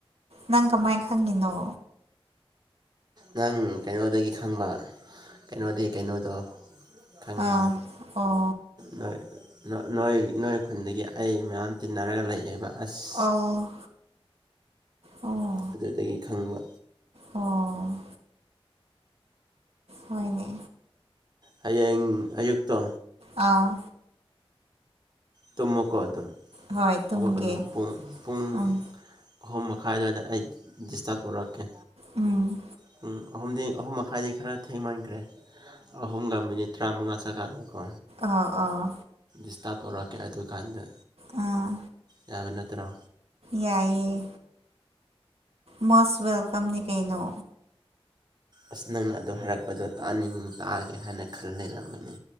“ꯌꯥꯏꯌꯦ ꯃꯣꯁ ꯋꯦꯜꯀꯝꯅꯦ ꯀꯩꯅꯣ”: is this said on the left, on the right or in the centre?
Right